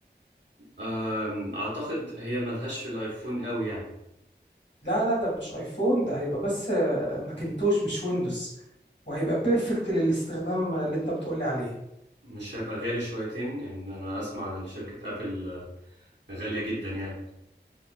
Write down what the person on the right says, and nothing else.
أم... اعتقد هي ملهاش في الايفون قوي يعني
مش هيبقى غالي شويتين ان انا اسمع عن شركه ابل آه، غاليه جدا يعني